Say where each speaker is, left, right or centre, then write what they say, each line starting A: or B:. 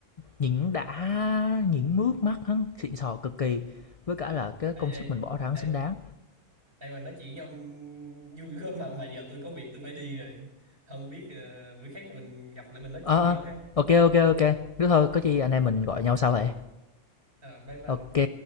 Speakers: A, on the left (about 55°); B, on the right (about 45°).
A: nhìn đã, nhìn mướt mắt hắn xịn sò cực kỳ, với cả là cái công
B: Ê,
A: sức
B: ê,
A: mình bỏ ra hắn xứng
B: ê,
A: đáng.
B: Đây mà nói chuyện với ông vui quá mà mà giờ tôi có việc tôi phải đi rồi. Không biết ờ, bữa khác thì mình gặp lại mình nói
A: Ờ
B: chuyện
A: ờ,
B: nhau ha.
A: ok ok ok, nếu thôi có chi anh em mình gọi nhau sau vậy.
B: Ờ, bye bye.
A: Ok.